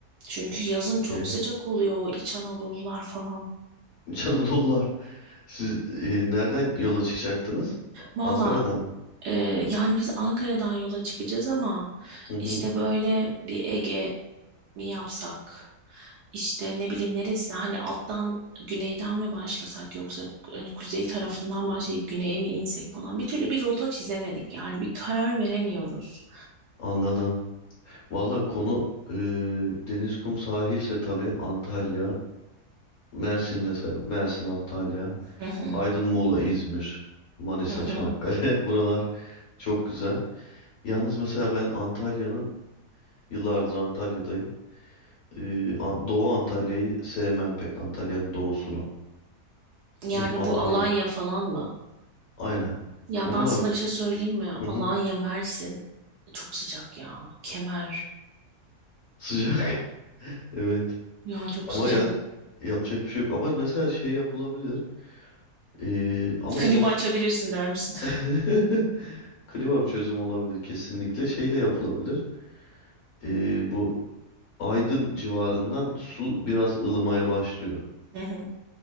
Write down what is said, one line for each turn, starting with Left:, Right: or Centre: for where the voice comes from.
Right: çünkü yazın
Left: Okey.
Right: çok sıcak
Left: <laughs>
Right: oluyor İç Anadolular falan.
Left: İç Anadolular. Siz e, nereden yola çıkacaktınız?
Right: Valla
Left: Ankara'dan mı?
Right: Ee, yani biz Ankara'dan yola çıkacağız ama
Left: Hı hı.
Right: işte böyle bir Ege mi yapsak? İşte ne bileyim neresine hani alttan güneyden mi başlasak yoksa hani kuzey tarafından başlayıp güneye mi insek falan bir türlü bir rota çizemedik yani bir karar veremiyoruz.
Left: Anladım. Valla konu e, deniz, kum, sahilse tabii Antalya, Mersin de sayalım. Mersin, Antalya,
Right: Hı hı,
Left: Aydın, Muğla, İzmir, Manisa,
Right: hı hı.
Left: Çanakkale. <laughs> Buralar çok güzel. Yalnız mesela ben Antalya'nın, yıllardır Antalya'dayım. Ee, An- Doğu Antalya'yı sevmem pek Antalya'nın doğusunu.
Right: Yani
Left: Ya Alanya
Right: bu Alanya falan mı?
Left: aynen.
Right: Ya
Left: Oralar
Right: ben sana bir şey söyleyeyim mi?
Left: hı hı,
Right: Alanya, Mersin çok sıcak ya. Kemer.
Left: sıcak. <laughs> Evet.
Right: Ya çok
Left: Ama
Right: sıcak.
Left: ya yapacak bir şey yok. Ama mesela şey yapılabilir. Ee, ama
Right: Klima
Left: o s-
Right: açabilirsin der misin?
Left: <laughs> kebap çözüm olabilir kesinlikle. Şey de yapılabilir. Ee, bu Aydın civarından su biraz ılımaya başlıyor.
Right: <laughs> Hı hı.